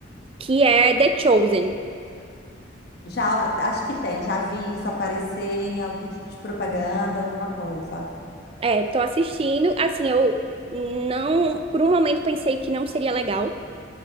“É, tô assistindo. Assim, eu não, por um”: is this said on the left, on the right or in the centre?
Right